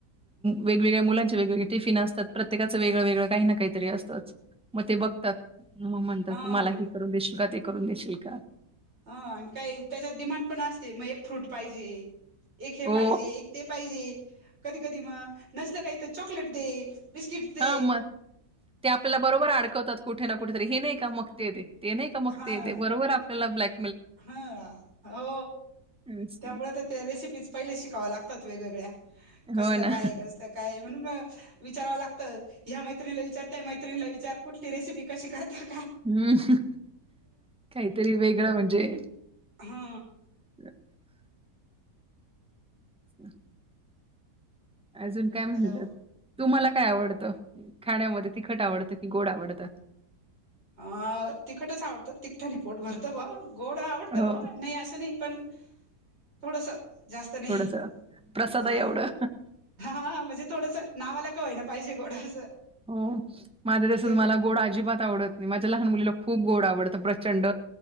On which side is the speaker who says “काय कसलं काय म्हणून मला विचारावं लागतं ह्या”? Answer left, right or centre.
Right